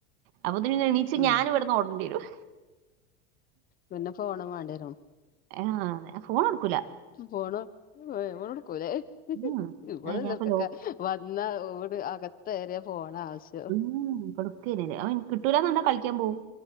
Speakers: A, on the right; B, on the left.
A: അപ്പൊതിന് എണീച്ച്
B: ഉം
A: ഞാന് ഇവട്ന്ന് ഓടൺണ്ട്യരും.
B: പിന്നെ ഫോണും വാണ്ട്യരും.
A: എഹ് ആഹ് ഫോണോട്ക്കൂല.
B: ഫോണ് എഹ് ഇവടെട്ക്കൂല
A: ഉം.
B: ഇവടെ
A: ആ,
B: ഇല്ലോൽക്കൊക്കെ.
A: ഞാനിപ്പോ ലോ
B: വന്നാ ഓട് അകത്തെറിയ ഫോണ ആവ്സ്
A: ഉംഉം കൊട്ക്കെനെല്ല അപഇൻ കിട്ടുലാന്ന്ക്കണ്ടാ കളിക്കാൻ പോവും